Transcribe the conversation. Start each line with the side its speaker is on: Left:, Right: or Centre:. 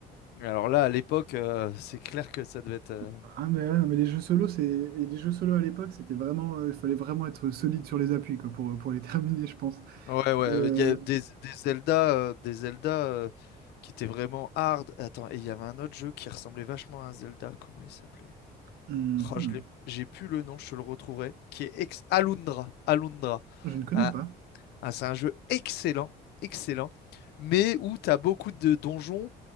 Left: Mais Alors là, à l'époque, euh, c'est clair que ça devait être... euh,
Right: Ah, mais, ouais, non, mais les jeux solo, c'est... et les jeux solo à l'époque, c'était vraiment... euh, Il fallait vraiment être solide sur les appuis, quoi, pour, pour les <laughs> terminer, je pense.
Left: Ouais, ouais,
Right: Et...
Left: euh,
Right: euh,
Left: il y a des, des Zelda, euh, des Zelda euh, qui étaient vraiment hard. Attends, et il y avait un autre jeu qui ressemblait vachement à un Zelda, comment il s'appelait?
Right: hum,
Left: Oh,
Right: hum,
Left: je l'ai, j'ai plus le nom, je te le retrouverai, qui est ex Alundra, Alundra.
Right: je ne connais
Left: Un-
Right: pas.
Left: un- c'est un jeu excellent, excellent, mais où tu as beaucoup de donjons